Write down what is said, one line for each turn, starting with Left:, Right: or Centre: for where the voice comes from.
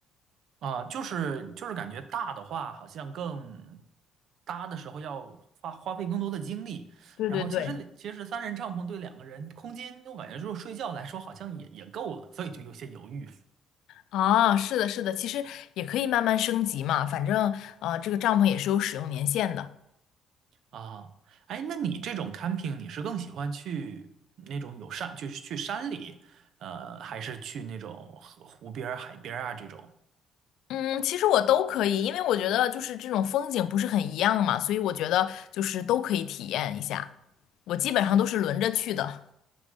Right: 啊，就是就是感觉大的话，好像更搭的时候要花花费更多的精力。
Left: 对对对，
Right: 然后其实其实三人帐篷对两个人空间，我感觉就是睡觉来说好像也也够了，所以就有些犹豫
Left: 啊，是的，是的，其实也可以慢慢升级嘛，反正呃，这个帐篷也是有使用年限的。
Right: 啊。哎，那你这种 camping，你是更喜欢去那种有山，就是去山里，呃，还是去那种河湖边儿海边儿啊这种？
Left: 嗯，其实我都可以，因为我觉得就是这种风景不是很一样嘛，所以我觉得就是都可以体验一下。我基本上都是轮着去的。